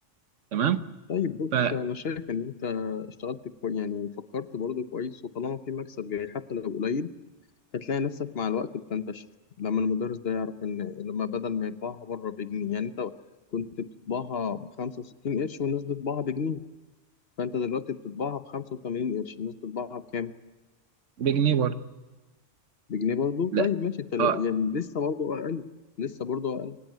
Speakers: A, on the right; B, on the left.
A: تمام
B: طيب بص
A: فبجنيه
B: انا شايف ان انت اشتغلت كويس يعني فكرت برضه كويس وطالما في مكسب جاي حتى لو قليل هتلاقي نفسك مع الوقت بتنتشر لما المدرس ده يعرف ان لما بدل ما يطبعها بره بجنيه يعني انت كنت بتطبعها ب 65 قرش والناس بتطبعها بجنيه فانت دلوقتي بتطبعها ب 85 قرش الناس بتطبعها بكام
A: برضه
B: بجنيه برضه
A: لا
B: طيب ماشي انت يعني
A: اه
B: لسه برضه اقل لسه برضه